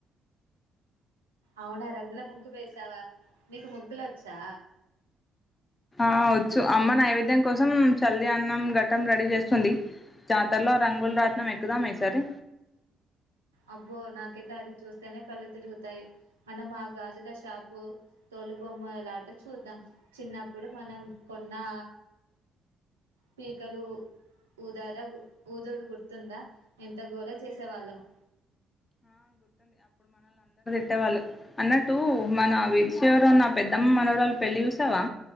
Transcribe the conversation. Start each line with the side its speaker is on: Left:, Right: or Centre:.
Right: అవునా రంగుల ము వేసావా నీకు ముగ్గులు వచ్చా
Left: ఆ వచ్చు అమ్మ నైవేద్యం కోసం చల్లి అన్నం ఘట్టం రెడీ చేస్తుంది జాతరలో రంగులు రాత్నం ఎక్కుదామయి ఇసారి,
Right: అబ్బో నాకైతే అది చూస్తేనే కళ్ళు తిరుగుతాయి మనం ఆ గాజుల షాపు తోలు బొమ్మలాట చూద్దాం చిన్నప్పుడు మనం కొన్నా పీకలు ఊదార ఊదుడు గుర్తుందా ఎంత గోళ చేసేవాళ్ళమో
Left: ట్టేవాళ్ళు అన్నట్టు మన వీధి చివర ఉన్న నా పెద్దమ్మ మనవరాలుు పెళ్లి చూసావా